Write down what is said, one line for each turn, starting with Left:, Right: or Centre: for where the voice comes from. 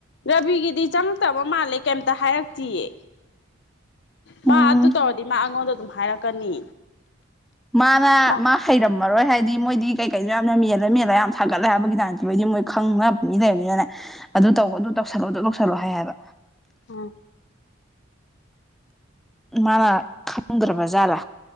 Left: ꯔꯕꯤꯒꯤꯗꯤ ꯆꯪꯉꯛꯇꯕ ꯃꯥꯜꯂꯦ ꯀꯩꯝꯇ ꯍꯥꯏꯔꯛꯇꯌꯦ ꯃꯥ
Centre: ꯎꯝ
Left: ꯑꯗꯨ ꯇꯧꯔꯗꯤ ꯃꯥ ꯑꯩꯉꯣꯟꯗ ꯑꯗꯨꯝ ꯍꯥꯏꯔꯛꯀꯅꯤ
Centre: ꯃꯥꯅ
Left: ꯑꯥ
Centre: ꯃꯥ ꯍꯩꯔꯝꯃꯔꯣꯏ ꯍꯥꯏꯗꯤ ꯃꯣꯏꯗꯤ ꯀꯩꯀꯩꯅꯣ ꯌꯥꯝꯅ ꯃꯦꯜꯂ ꯃꯦꯜꯂ ꯌꯥꯝ ꯊꯒꯠꯂꯦ ꯍꯥꯏꯕꯒꯤ ꯗꯥꯟ ꯊꯤꯕꯣꯏꯗꯤ ꯃꯣꯏ ꯈꯪꯉꯕ ꯃꯤ ꯂꯩꯕꯅꯤꯅꯅꯦ ꯑꯗꯨ ꯇꯧ ꯑꯗꯨ ꯇꯧꯁꯜꯂꯣ ꯑꯗꯨ ꯇꯧꯁꯜꯂꯣ ꯍꯥꯏꯌꯦꯕ
Left: ꯑ
Centre: ꯃꯅꯥ ꯈꯪꯒꯔꯕꯖꯂ